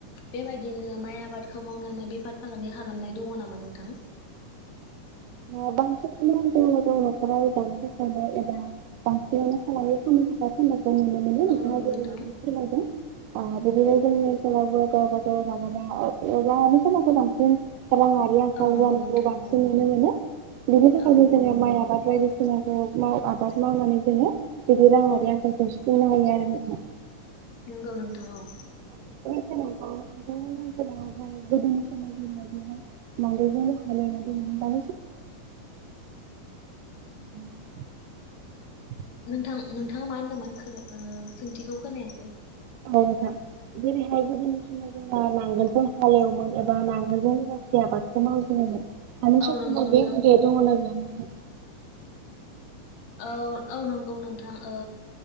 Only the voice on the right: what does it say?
उ बांसिनानो जों मो जों न'खराव जानो थाखायनो एबा बांसिनानो खालाम फाननो थाखाय फानायखौ नुनो मोनो
नों थांङा
जेरैबायदि
फोरमायदों आ बिदिनो ला गबा ग माना माबा अख माथ जांसि रांङारि आंखाल
जानायखौ
बांसिन
नुनो मोनो, बिनि थाखायनो
जोङो माइ आबाद बायदि जोंखौ माव आबाद मावनानै जोङो बिदि रांङरि आखाइखौ सुफुंनो हायो आरो नोंथां
गोदोनि समा जोंना बेनो नांगोल जोंनो हालेवनाय <unintelligible>
औ नोंथां जरै हाय गोदोनि बिदिनो जोंना नांगोलजों हालेवोमोन एबा नांगोलजों सो आबादखौ मावजेनोमोन। हानि
संपद
बे बे दंड़ ना गैया? नोंथां